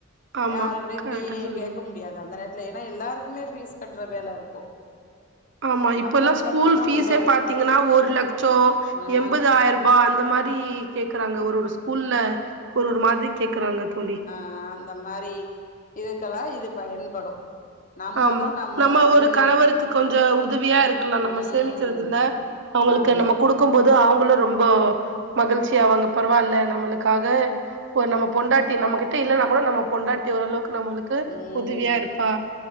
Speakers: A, on the right; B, on the left.
A: ஆமா
B: யாருகிட்டயு
A: கரெக்டா
B: பயி
A: சொன்னீங்க
B: கேக்க மு டியாது அந்த நேரத்துல ஏனா எல்லாருக்குமே ஃபீஸ் கட்ற வேல இருக்கு
A: ஆமா இப்பெல்லா
B: அப்ப இந்த
A: ஸ்கூல்
B: பணம்
A: ஃபீஸே
B: உதவு
A: பாத்தீங்கன்னா ஒரு லக்ட்சோ
B: ஆ
A: எம்பதாயி ரூபா அந்த மாரி கேக்குறாங்க ஒரு ஒரு ஸ்கூல்ல ஒரு ஒரு மாரி கேக்குறாங்க தோழி
B: அ அந்த மாரி இதுக்கெல்லா இது பயன்படு நம்மதா
A: ஆமா நம்ம
B: வந்து
A: ஒரு கணவருக்கு கொஞ்சோ உதவியா இருக்கல்லா நம்ம
B: ம்
A: சேமிச்சதுல அவுங்களுக்கு
B: ஆமா
A: நம்ம குடுக் கும்போது அவுங்களு ரொம்ப மகிழ்ச்சி ஆவாங்க பரவாயில்ல நம்மளுக்காக ஒரு நம்ம பொண்டாட்டி நம்மகிட்ட இல்லன்னா கூட நம்ம பொண்டாட்டி ஓரளவுக்கு நம்மளுக்கு
B: ம்
A: உதவியா இருப்பா